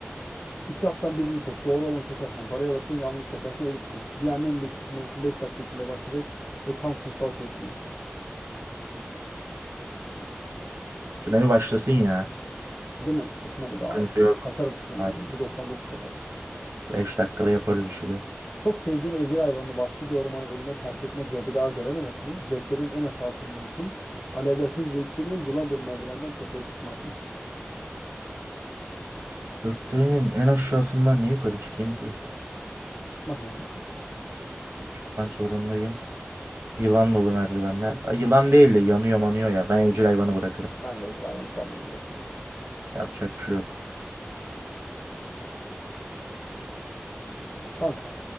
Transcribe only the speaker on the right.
Tsunami başlasın ya.
Sıkıntı
yok.
Aynen.
beş dakikada yaparız bir şeyler.
Gökdelenin en aşağısından niye yukarı çıkayım ki?
Çıkmak zorundayım. Yılan dolu merdivenler. Ay, Yılan değil de yanıyor manıyor ya. Ben evcil hayvanı bırakırım.
Yapacak bir şey yok.